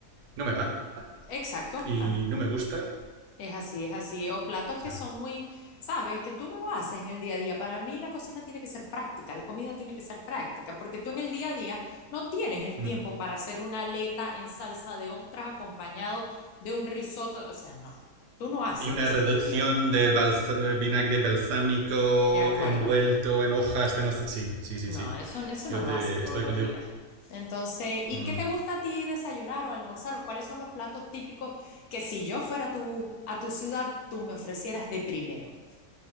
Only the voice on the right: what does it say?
no me va
y
no me gusta.
O sea,
mm.
Y una
reducción
del balsa- vinagre balsámico
envuelto en hojas de no sé- Sí, sí, sí,
sí.
Yo
te
estoy
contigo.
Mm.